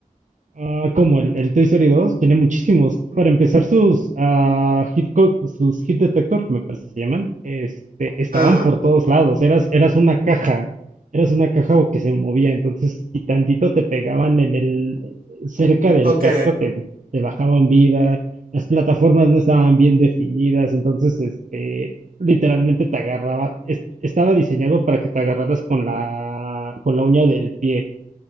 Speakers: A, on the right; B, on the right.
A: Ah, como el, el Toy Story 2 tenía muchísimos.
B: Mm.
A: Para empezar, sus ah, hit, co- sus hit detector, me parece que se llaman, este, estaban
B: Ah,
A: por todos lados. Eras, eras una caja, eras una caja que se movía. Entonces, si tantito te pegaban en el, cerca del
B: ok,
A: casco, te, te bajaban vida. Las plataformas no estaban bien definidas. Entonces, este, literalmente te agarraba. es- estaba diseñado para que te agarraras con la, con la uña del pie.